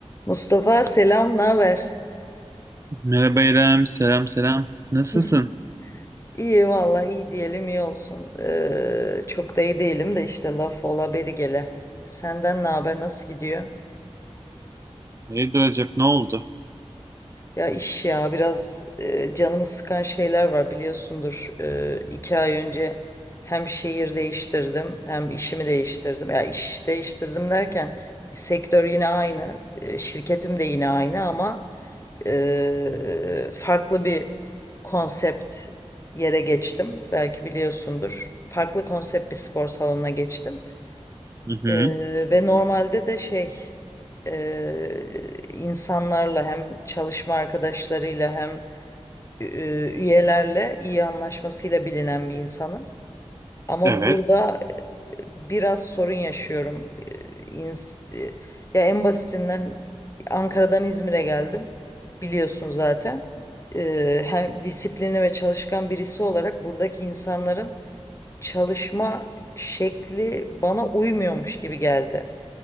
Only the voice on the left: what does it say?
Mustafa selam, ne haber?
<laughs> İyi valla iyi diyelim iyi olsun. Ee, çok da iyi değilim de işte laf ola beri gele. Senden ne haber nasıl gidiyor?
Ya iş ya biraz e, canımı sıkan şeyler var biliyorsundur. Ee, iki ay önce hem şehir değiştirdim hem işimi değiştirdim. Ya iş değiştirdim derken sektör yine aynı, e, şirketim de yine aynı ama e, farklı bir konsept yere geçtim. Belki biliyorsundur. Farklı konsept bir spor salonuna geçtim.
E, ve normalde de şey e, insanlarla hem çalışma arkadaşlarıyla hem e, üyelerle iyi anlaşmasıyla bilinen bir insanım. Ama
burada biraz sorun yaşıyorum. Ee, ins- e, Ya en basitinden Ankara'dan İzmir'e geldim. Biliyorsun zaten. Ee, Hem disiplinli ve çalışkan birisi olarak buradaki insanların çalışma şekli bana uymuyormuş gibi geldi.